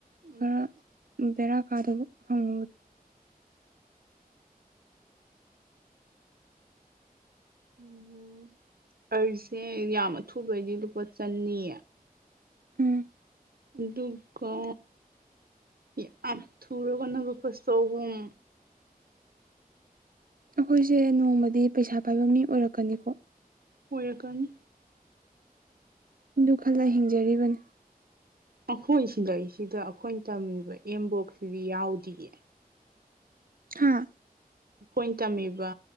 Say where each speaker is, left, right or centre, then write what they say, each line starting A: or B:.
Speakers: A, on the right; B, on the right.
A: ꯎꯝ
B: ꯈꯔ ꯕꯦꯔꯥ ꯀꯥꯗꯕ ꯐꯪꯉꯨꯕꯗꯣ
A: ꯎꯝ ꯑꯩꯁꯦ ꯌꯥꯝ ꯑꯊꯨꯕꯩꯗꯤ ꯂꯨꯄꯥ ꯆꯅꯤ
B: ꯎꯝ
A: ꯑꯗꯨꯒ ꯌꯥꯝ ꯊꯨꯔꯒꯅ ꯂꯨꯄꯥ ꯆꯍꯨꯝ
B: ꯑꯈꯣꯏꯁꯦ ꯅꯣꯡꯃꯗꯤ ꯄꯩꯁꯥ ꯄꯥꯏꯕ ꯃꯤ ꯑꯣꯏꯔꯛꯀꯅꯤꯀꯣ
A: ꯑꯣꯏꯔꯛꯀꯅꯤ
B: ꯑꯗꯨ ꯈꯜꯂ ꯍꯤꯡꯖꯔꯤꯕꯅꯤ
A: ꯑꯈꯣꯏ ꯁꯤꯗꯩꯁꯤꯗ ꯑꯈꯣꯏ ꯇꯝꯃꯤꯕ ꯑꯦꯝꯕꯣꯛꯁꯤꯗꯤ ꯌꯥꯎꯗꯤꯌꯦ
B: ꯍꯥꯥ
A: ꯈꯣꯏꯅ ꯇꯝꯃꯤꯕ